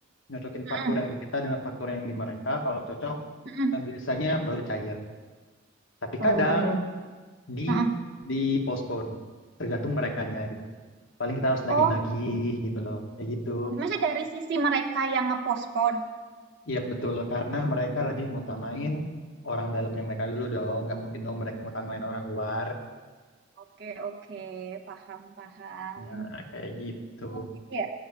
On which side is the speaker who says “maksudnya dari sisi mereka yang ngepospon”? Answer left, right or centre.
Right